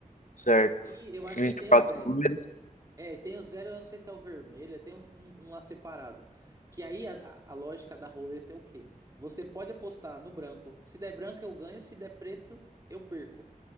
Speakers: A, on the left; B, on the right.
A: certo.
B: E eu acho
A: 24
B: que tem o zero.
A: números.
B: É, tem o zero, eu não sei se é o vermelho, tem um, um- um lá separado. Que aí a, a- a lógica da roleta é o quê? Você pode apostar no branco. Se der branco, eu ganho, se der preto, eu perco.